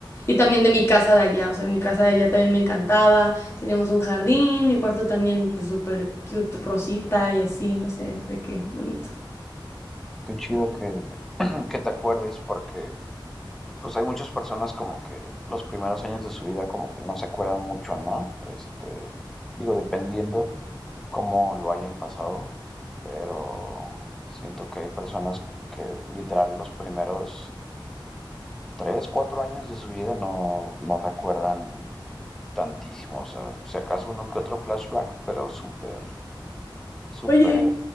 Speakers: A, on the left; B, in the centre.
A: Y también de mi casa de allá, o sea, mi casa de allá también me encantaba, teníamos un jardín, mi cuarto también pues súper cute, rosita y así, no sé, de qué bonito.
B: Qué chido que, <clears throat> que te acuerdes porque pues hay muchas personas como que los primeros años de su vida como que no se acuerdan mucho, ¿no? Este, digo, dependiendo cómo lo hayan pasado, pero siento que hay personas que literal los primeros tres, cuatro años de su vida no, no recuerdan tantísimo, o sea, si acaso uno que otro flashback, pero súper, súper,
A: Oye,